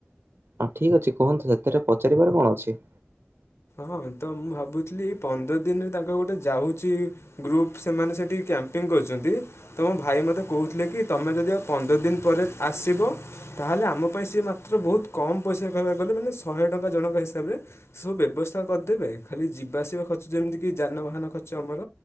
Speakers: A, on the right (about 70°); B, on the left (about 75°).
A: ହଁ ଠିକ୍ ଅଛି କୁହନ୍ତୁ ସେଥିରେ ପଚାରିବାର କଣ ଅଛି?
B: ହଁ ତ ମୁଁ ଭାବୁଥିଲି କି ପନ୍ଦର ଦିନ୍ ରେ ତାଙ୍କ ଗୋଟେ ଯାଉଚି। ଗ୍ରୁପ୍ ସେମାନେ ସେଠି କ୍ୟାମ୍ପିଙ୍ଗ କରୁଚନ୍ତି। ତମ ଭାଇ ମତେ କହୁଥିଲେ, କି ତମେ ଯଦି ଆଉ ପନ୍ଦର ଦିନ ପରେ ଆସିବ ତାହେଲେ ଆମ ପାଇଁ ସିଏ ବହୁତ କମ୍ ପଇସା କହିବାକୁ ଗଲେ ମାନେ ଶହେ ଟଙ୍କା ଜଣଙ୍କ ହିସାବରେ ଦେବେ। ବ୍ୟବସ୍ଥା କରିଦେବେ, ଖାଲି ଯିବାଆସିବା ଖର୍ଚ୍ଚ ଯେମିତିକି ଯାନବାହାନ ଖର୍ଚ୍ଚ ଆମର